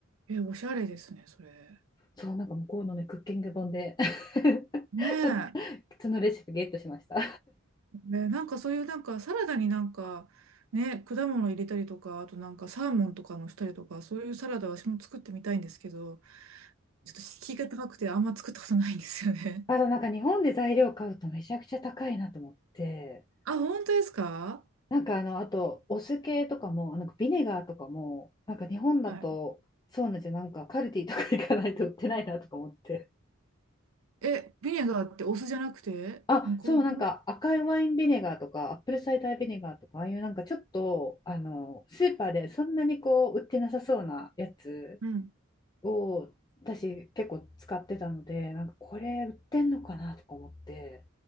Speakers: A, on the right; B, on the left.
A: え、おしゃれですね、それ。
B: そう、なんか向こうのね、クッキング本で <laughs>
A: ねえ。
B: そ、そのレシピゲットしました。
A: ね、なんかそういうなんかサラダになんかね、果物入れたりとか、あとなんかサーモンとかのしたりとか、そういうサラダ私も作ってみたいんですけど、ちょっと敷居が高くてあんま作ったことないんですよね。
B: あとなんか日本で材料買うとめちゃくちゃ高いなと思って、
A: <laughs> あ、本当ですか
B: なんかあの、あとお酢系とかも、なんかビネガーとかも、なんか日本だと、
A: はい。
B: そうなんですよ、なんかカルディとか行かないと売ってないなとか思って。
A: え、ビネガーってお酢じゃなくて、
B: あ、
A: 向こうの
B: そう、なんか赤いワインビネガーとか、アップルサイダービネガーとか、ああいうなんかちょっと、あの、スーパーでそんなにこう、売ってなさそうなやつ
A: うん
B: を私結構使ってたのでなんかこれ売ってんのかなとか思って